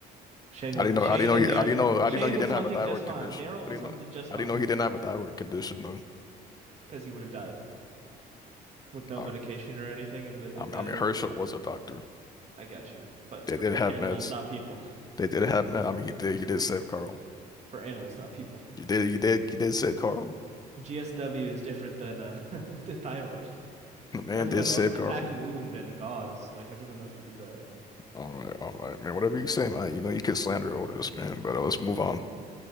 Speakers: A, on the right (about 40°); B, on the left (about 25°).
A: Shane was
B: How do you know?
A: Shane
B: How do you know?
A: and
B: He,
A: Dar
B: how do you know? How
A: Shane
B: do you know he
A: was
B: didn't
A: hunting
B: have a thyroid
A: just fine.
B: condition?
A: Daryl was
B: How do you
A: hunted
B: know?
A: just fine
B: How do you know he didn't have a thyroid condition though?
A: because he would have died with no
B: Uh,
A: medication or anything in the
B: I
A: in
B: mean,
A: the
B: I mean, Herschel was a doctor.
A: I got you. But
B: They
A: for
B: did have
A: animals,
B: meds.
A: not people.
B: They did have meds. I mean, he did. He did save Carl.
A: For animals, not people.
B: He did. He did. He did save Carl.
A: GSW is different than uh, <laughs> the thyroid.
B: The man
A: Everyone
B: did
A: knows
B: save
A: to
B: Carl.
A: pack a wound and gauze. Like everyone knows to do that.
B: All right, all right, man. Whatever you say, man. You know you can slander Otis, man. But uh, let's move
A: I
B: on.
A: got you.